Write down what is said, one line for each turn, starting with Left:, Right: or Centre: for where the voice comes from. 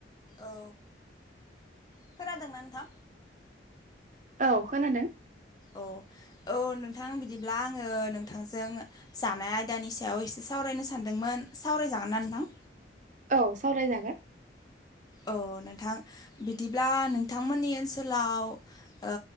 Left: औ खोनादोंना नोंथां?
Right: औ खोनादों।
Left: औ औ नोंथां बिदिब्ला आङो नोंथांजों जानाय आयदानि सायाव एसे सावरायनो सानदोंमोन सावरायजागोन ना नोंथां?
Right: औ सावरायजागोन।
Left: औ नोंथां बिदिब्ला नोंथांमोननि ओनसोलाव ओ